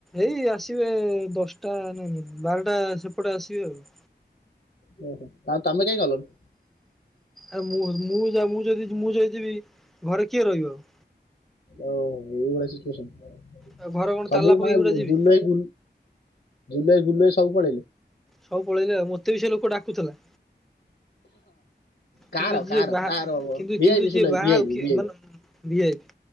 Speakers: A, in the centre; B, on the left.
A: ଏଇ ଆସିବେ ଦଶଟା ଉଁ ବାରଟା ସେପଟେ ଆସିବେ ଆଉ।
B: ଓ ହୋ ତାହେଲେ ତମେ କାଇଁ ଗଲନି?
A: ଆ- ମୁଁ- ମୁଁ- ଯା -ମୁଁ ଯଦି ମୁଁ ଯଦି ଯିବି, ଘରେ କିଏ ରହିବ ଆଉ?
B: ଓ ହୋ ଏଇଭଳିଆ ସିଚୁଏସନ।
A: ଆଉ ଘରେ କଣ
B: ସବୁଠି
A: ତାଲା ପକେଇକି
B: ମାନେ
A: ଗୋଟେ ଯିବି।
B: ଜୁଲୁ ଭାଇ ଜୁଲୁ ଭାଇ, ବୁଲୁଭାଇ ସବୁ ପଳେଇଲେ।
A: ସବୁପଳେଇଲେ ଆଉ, ମୋତେ ବି ସେ ଲୋକ ଡାକୁଥିଲା।
B: କାହାର
A: କିନ୍ତୁ ଯିଏ
B: କାହାର
A: ବାହା
B: ଆର
A: କିନ୍ତୁ,
B: ଭିଆଇପି
A: କିନ୍ତୁ
B: ସୁଲାଇ
A: ଯିଏ ବାହା
B: ଭିଆଇପି
A: ହଉ କିଏ
B: ଭିଆଇପି
A: ମାନେ ଭି ଆଇ ପି।